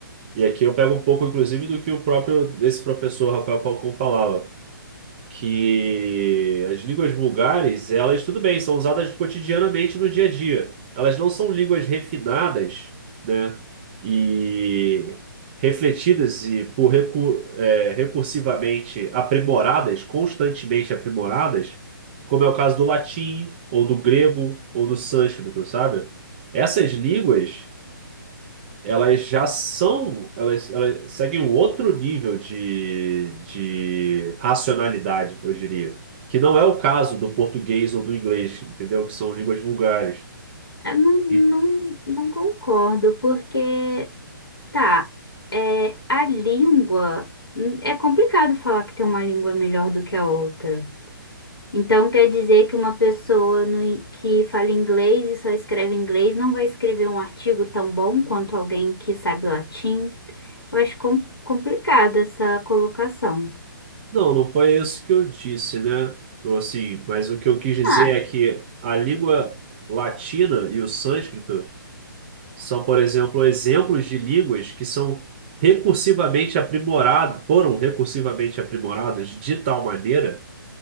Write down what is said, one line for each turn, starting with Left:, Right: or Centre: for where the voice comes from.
Right: E aqui eu pego um pouco, inclusive, do que o próprio esse professor Rafael Falcão falava que as línguas vulgares, elas, tudo bem, são usadas cotidianamente no dia a dia. Elas não são línguas refinadas, né? E refletidas e por recu- é, recursivamente aprimoradas, constantemente aprimoradas, como é o caso do latim, ou do grego, ou do sânscrito, sabe? Essas línguas elas já são, elas, elas seguem um outro nível de, de racionalidade, eu diria. Que não é o caso do português ou do inglês, entendeu? Que são línguas vulgares.
Left: eu não,
Right: E-
Left: não, não concordo, porque, tá, é, a língua. É complicado falar que tem uma língua melhor do que a outra. Então quer dizer que uma pessoa no in- que fala inglês e só escreve inglês não vai escrever um artigo tão bom quanto alguém que sabe latim? Eu acho com- complicado essa colocação.
Right: não, não foi isso que eu disse, né? Ou Assim, mas o que eu quis dizer
Left: Ah,
Right: é que a língua latina e o sânscrito são, por exemplo, exemplos de línguas que são recursivamente aprimoradas, foram recursivamente aprimoradas de tal maneira